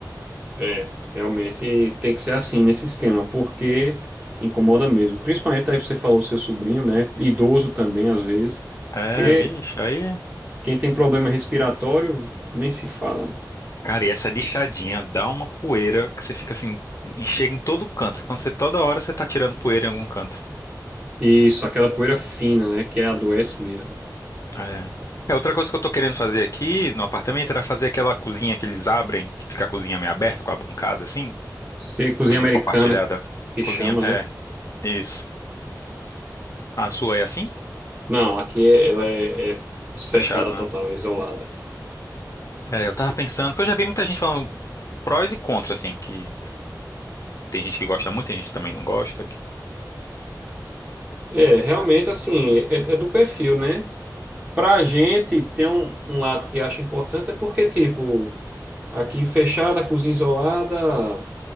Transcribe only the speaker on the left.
É,
vixe, aí.
Cara, e essa lixadinha dá uma poeira que você fica assim, e chega em todo canto. Quando você toda hora você tá tirando poeira em algum canto.
É. É, outra coisa que eu tô querendo fazer aqui no apartamento era fazer aquela cozinha que eles abrem, que fica a cozinha meio aberta com a bancada assim,
cozinha
compartilhada.
Cozinha,
é,
isso. A sua é assim?
Fechado,
né?
É, eu tava pensando, que eu já vi muita gente falando prós e contra assim, que tem gente que gosta muito, tem gente que também não gosta. que-